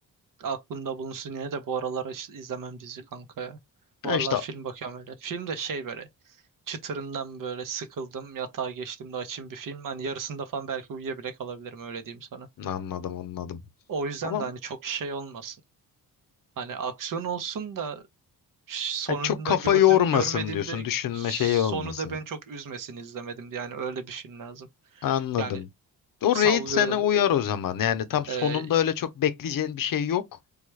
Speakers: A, on the right; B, on the left.
A: aklımda bulunsun yine de bu aralar iş- izlemem dizi kanka ya. Bu
B: Ya
A: aralar
B: işte
A: film bakıyorum öyle. Film de şey böyle çıtırından böyle sıkıldım. Yatağa geçtiğimde açayım bir film. Hani yarısında falan belki uyuyabile kalabilirim öyle diyeyim sana.
B: anladım anladım.
A: O yüzden
B: Ama
A: de hani çok şey olmasın. Hani aksiyon olsun da ş- sonunda
B: yani çok kafa
A: gördüğüm,
B: yormasın
A: görmediğimde
B: diyorsun. Düşünme
A: sonu
B: şeyi olmasın.
A: da beni çok üzmesin izlemedim diye. Yani öyle bir film lazım.
B: Anladım.
A: Yani
B: O
A: sallıyorum.
B: raid sana uyar o zaman. Yani tam sonunda
A: E,
B: öyle çok bekleyeceğin bir şey yok.